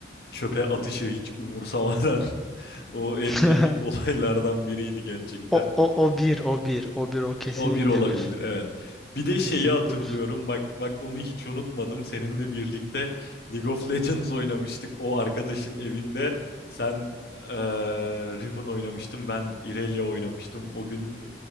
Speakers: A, on the left (about 60°); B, in the centre.
A: çöpe atışı hiç umursamadan <laughs> o en
B: <laughs>
A: epik olaylardan biriydi gerçekten.
B: O o o bir, o bir, o bir, o kesinlikle
A: O bir olabilir
B: bir.
A: evet. Bir de
B: O
A: şeyi
B: kesinlikle
A: hatırlıyorum
B: bir.
A: bak bak onu hiç unutmadım. Seninle birlikte League of Legends oynamıştık o arkadaşın evinde. Sen eee Riven oynamıştın ben Irelia oynamıştım. O gün o,